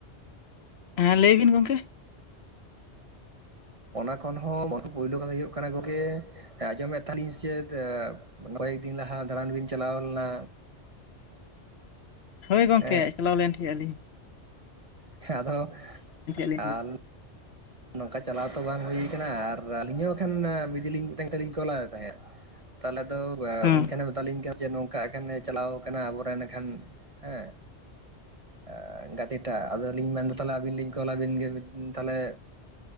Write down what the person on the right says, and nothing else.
ᱚᱱᱟ ᱠᱷᱚᱱ ᱦᱚᱸ ᱯᱳᱭᱞᱳ ᱠᱟᱛᱷᱟ ᱦᱩᱭᱩᱜ ᱠᱟᱱᱟ ᱜᱚᱝᱠᱮ ᱟᱸᱡᱚᱢᱮᱫ ᱛᱟᱦᱮᱸᱱ ᱱᱟᱞᱤᱧ ᱥᱮᱪᱮᱫ ᱠᱚᱭᱮᱠᱫᱤᱱ ᱞᱟᱦᱟ ᱫᱟᱬᱟᱱ ᱵᱤᱱ ᱪᱟᱞᱟᱣ ᱞᱮᱱᱟ?
ᱦᱮᱸ
ᱦᱮᱸ ᱟᱫᱚ
ᱟᱞ ᱱᱚᱝᱠᱟ ᱪᱟᱞᱟᱣ ᱛᱚ ᱵᱟᱝ ᱦᱩᱭᱠᱟᱱᱟ ᱟᱨ ᱟᱹᱞᱤᱧ ᱦᱚᱸ ᱟᱠᱷᱟᱱ ᱮ ᱢᱤᱫᱤᱞᱤᱧ ᱢᱤᱫᱴᱟᱝ ᱠᱟᱛᱷᱟᱞᱤᱧ ᱠᱚᱞ ᱟᱫᱮ ᱛᱟᱦᱮᱸᱜ᱾ ᱛᱟᱦᱞᱮ ᱟᱫᱚ ᱮ
ᱩᱱ ᱴᱷᱮᱱᱮ ᱢᱮᱛᱟᱞᱤᱧ ᱠᱟᱱᱟᱥ ᱡᱮ ᱱᱚᱝᱠᱟ ᱠᱷᱟᱱᱮ ᱪᱟᱞᱟᱣ ᱠᱟᱱᱟ ᱟᱵᱚᱨᱮᱱ ᱮᱱᱠᱷᱟᱱ ᱦᱮᱸ ᱟ ᱜᱟ ᱮᱴᱟ ᱟᱫᱚ ᱞᱤᱧ ᱢᱮᱱ ᱫᱟ ᱛᱟᱦᱞᱮ ᱟᱹᱵᱤᱱ ᱞᱤᱧ ᱠᱚᱞᱟᱵᱤᱱ ᱜᱮ ᱛᱟᱦᱞᱮ